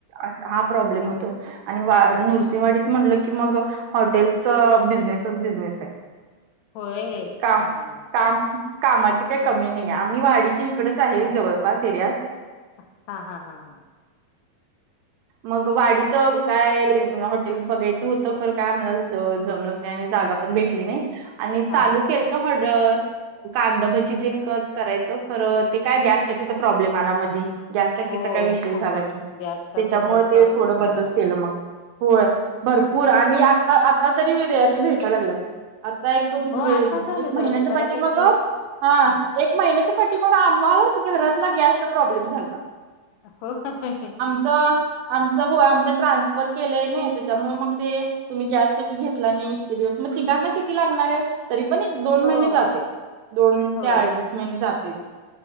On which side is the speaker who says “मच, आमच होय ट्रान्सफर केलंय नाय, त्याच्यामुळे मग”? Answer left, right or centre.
Right